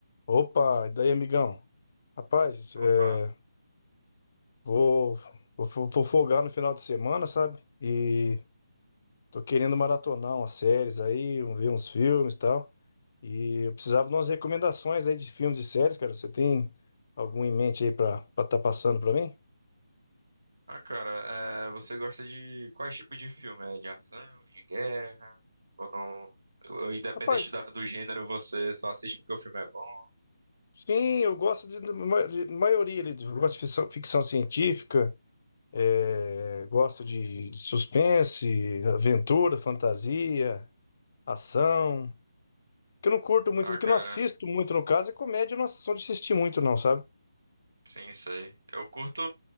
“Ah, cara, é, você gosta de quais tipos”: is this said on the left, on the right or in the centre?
Right